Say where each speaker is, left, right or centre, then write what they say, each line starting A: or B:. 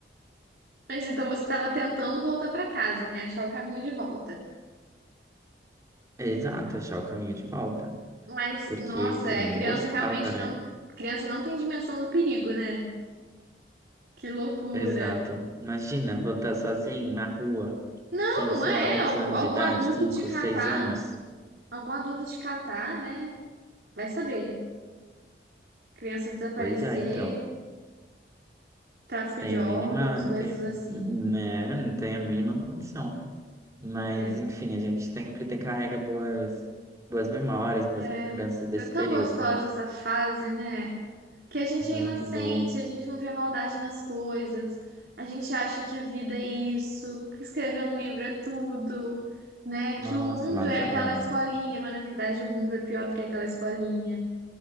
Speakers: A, on the right; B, on the right.
A: Mas então você estava tentando voltar para casa, né? Achar o caminho de volta.
B: É, Exato, achar o caminho de volta.
A: Mas,
B: Porque,
A: nossa,
B: enfim,
A: é,
B: não
A: a criança
B: gostava,
A: realmente
B: né?
A: não. A Criança não tem dimensão do perigo, né? Que loucura.
B: Exato. Imagina voltar sozinho na rua,
A: Não,
B: cinco, sei
A: é.
B: lá quantos
A: al-
B: anos
A: Algum
B: de idade,
A: adulto
B: cinco,
A: te catar,
B: seis anos.
A: algum adulto te catar, né? Vai saber. Criança desaparecer,
B: Pois é, então.
A: tráfico
B: Tem
A: de órgãos,
B: a mínima,
A: coisas
B: tem,
A: assim.
B: né, não tem a mínima condição. Mas,
A: é
B: enfim, a gente sempre tem carrega boas, boas memórias, boas
A: É,
B: lembranças desse
A: é tão
B: período.
A: gostosa essa fase, né? Que a gente
B: Muito
A: é inocente,
B: bom.
A: a gente não vê maldade nas coisas, a gente acha que a vida é isso, que escrever um livro é tudo, né?
B: Nossa,
A: Que o mundo
B: mas
A: é
B: é.
A: aquela escolinha, mas na verdade o mundo é pior do que aquela escolinha.